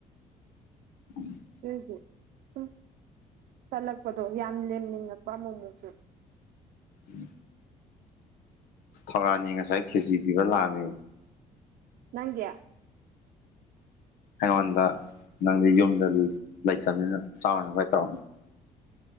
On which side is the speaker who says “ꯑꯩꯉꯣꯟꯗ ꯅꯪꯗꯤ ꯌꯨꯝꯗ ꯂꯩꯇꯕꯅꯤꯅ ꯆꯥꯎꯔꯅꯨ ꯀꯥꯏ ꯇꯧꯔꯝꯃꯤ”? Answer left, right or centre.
Left